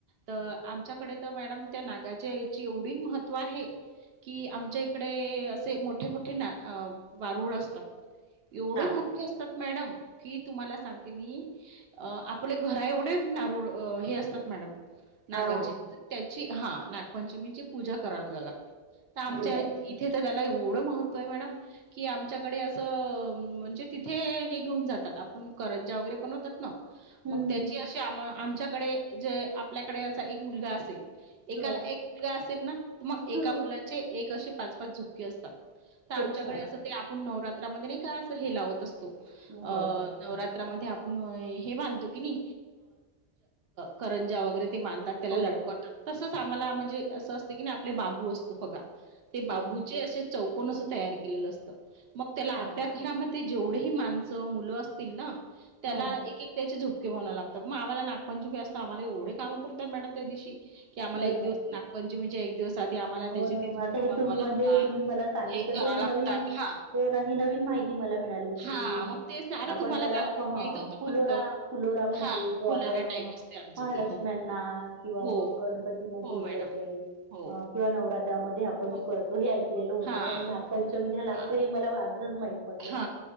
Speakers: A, on the right; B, on the right.
A: तर
B: हो
A: आमच्याकडे तर मॅडम त्या नागाज याची एवढी महत्त्व आहे कि आमच्या इकडे असे मोठे मोठे ना वारूळ असतात एवढे
B: अच्छा
A: मोठे असतात मॅडम की तुम्हाला सांगते मी आपले घरा एवढे नारूळ हे असतात मॅडम नागाची
B: कारूळ
A: त्याची हा ना पंचची पूजा करायला लाग तर आमच्या
B: अरे बापरे
A: इथे तर त्याला एवढं महत्त्व आहे मॅडम की आमच्याकडे असं म्हणजे तिथे हे घेऊन जातात आपण करंजा वगैरे पण होतात ना
B: हम्म
A: मग
B: हम्म
A: त्याची अशी आम आमच्याकडे जे आपल्याकडे असा एक मुलगा असेल एकाला
B: ह
A: एक मुलगा असेल ना तर मग एका
B: ह
A: मुलाचे एक असे पाच पाच झुपके असतात तर आमच्याकडे
B: अच्छा
A: असं ते आपण नवरात्रामध्ये नाही का अस हे लावत असतो
B: हो
A: अ नवरात आप हे मानतो की करंजा वगैरे ते मानधतात त्याला
B: हो
A: लटकवतात तसंच आम्हाला म्हणजे असं असतें की ना आपले बांबू असतो बघा ते बांबूचे
B: ह
A: असे चौकन अस तयार केलेलं असतं मग त्याला
B: अच्छा
A: आपल्या जेवढे माण मु असतील ना त्याला
B: हा
A: एक त्याोप ्हाव लागतात मग आ्हाला नागपंचमी असं आम्हा एवढे कामं पुरतात मॅडम त्या दिवशी की आम्हाला
B: अरे
A: एक दिवस
B: बापरे
A: नागपंचमीचे एक दिवस आधी आम्हाला
B: हो
A: त्याचे
B: ना
A: ते झुपके
B: आता हे
A: बनवावे
B: म्हणजे
A: लागतात.
B: तुम्ही मला सांगितलं
A: हे कराव
B: तर ही
A: लागतात
B: नवीन
A: हा.
B: कोण ह नवीन माहिती म मिळाली की
A: हा मग तेच ना आता
B: आपण
A: तुम्हाला
B: त्याला
A: काय
B: फुोरा
A: माहित होतं फक्त
B: फुलोरा म्हणतो
A: हा
B: जो
A: फुलारा
B: आप पण
A: टाईप असते आमचं
B: महालक्ष्म्यांना
A: ते हो.
B: किंवा
A: हो
B: मग गणपतीमध्ये
A: हो मॅडम
B: वगैरे
A: हो
B: अ किंवा नवरात्रामध्ये आपण
A: हो
B: करतो हे ऐकलेलं होतं
A: हा
B: पण नाग पंचमी घ्या लागतं
A: हा
B: हे मला आजच माहित पडत
A: हा